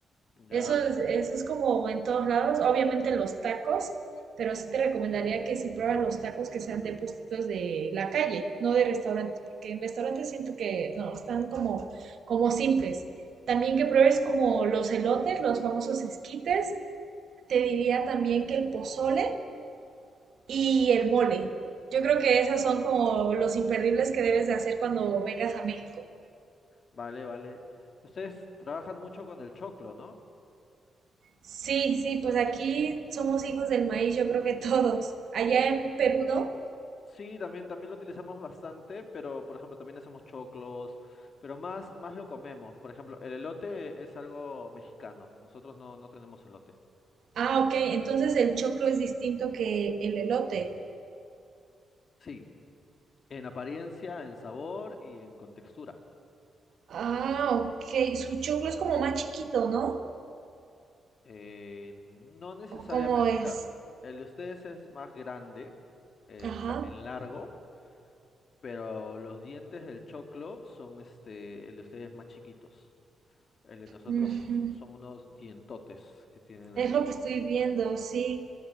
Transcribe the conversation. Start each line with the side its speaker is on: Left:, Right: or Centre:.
Right: Eso
Left: ya,
Right: es, eso es como en todos lados. Obviamente los tacos, pero sí te recomendaría que si pruebas los tacos que sean de puestitos de la calle, no de restaurantes, porque en restaurantes siento que no, están como, como simples. También que pruebes como los elotes, los famosos esquites. Te diría también que el pozole y el mole. Yo creo que esas son como los imperdibles que debes de hacer cuando vengas a México.
Left: vale, vale. Ustedes trabajan mucho con el choclo, ¿no?
Right: Sí, sí, pues aquí somos hijos del maíz, yo creo que todos. Allá en Perú, ¿no?
Left: Sí, también, también lo utilizamos bastante, pero por ejemplo también hacemos choclos, pero más, más lo comemos. Por ejemplo, el elote es algo mexicano. Nosotros no, no tenemos elote.
Right: Ah, ok. Entonces el choclo es distinto que el elote.
Left: Sí, en apariencia, en sabor y en contextura.
Right: Ah, ok. Su choclo es como más chiquito, ¿no?
Left: Eh, no necesariamente,
Right: ¿O cómo es?
Left: o sea, el de ustedes es más grande en,
Right: Ajá.
Left: la- en largo, pero los dientes del choclo son este, el de ustedes más chiquitos. El de nosotros
Right: Ujú.
Left: son unos dientotes que tienen
Right: Es
Left: ahí
Right: lo que estoy viendo, sí.